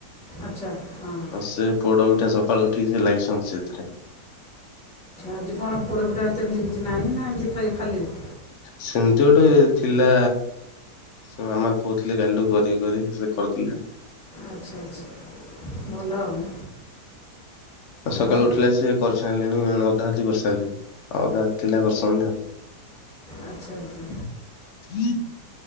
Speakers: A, in the centre; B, on the left.
A: ଆଚ୍ଛା- ହଁ। ହଁ
B: ସେ ପୋଡ ପିଠା ସକାଳୁ ଉଠିକି ସେ ଲାଗିସନ୍ତି ସେଇଥିରେ।
A: ଆଜି କଣ ପୋଡ ପିଠା -ଆଜି ତ ସେମିତି କିଛି ନାହିଁ ନା ଏମିତି ଖାଇ- ଖାଲିରେ?
B: ସେମିତି ଗୋଟେ ଥିଲା ସେ ମାମା କହୁଥିଲେ କାଲିଠୁ କରିବି କରିବି ସେ କରୁଥିଲେ।
A: ଆଚ୍ଛା- ଆଚ୍ଛା ଭଲ ଆଉ।
B: ସକାଳୁ
A: ଆଉ
B: ଉଠିଲେ ସିଏ କରିସାରିଲେଣି ମାନେ ଅଧା ଅଧି କରିସାରିଲେଣି ଆଉ ଅଧା ଥିଲା <unintelligible>
A: ଆଚ୍ଛା ଆଚ୍ଛା
B: ସନ୍ଧ୍ୟା